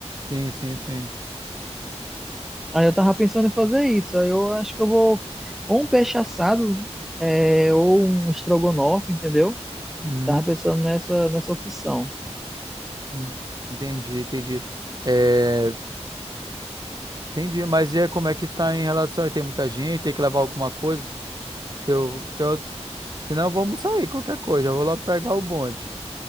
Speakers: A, on the right; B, in the centre.
A: Sim, sim, sim.
B: Aí eu tava pensando em fazer isso. Aí eu acho que eu vou ou um peixe assado, é, ou um estrogonofe, entendeu?
A: Uhum.
B: Tava pensando nessa, nessa opção.
A: uhum. Entendi, entendi. É, entendi, mas e aí, como é que tá em relação aí? Tem muita gente, tem que levar alguma coisa? Eu, porque eu, senão eu vou almoçar aí, qualquer coisa, eu vou logo pegar o bonde.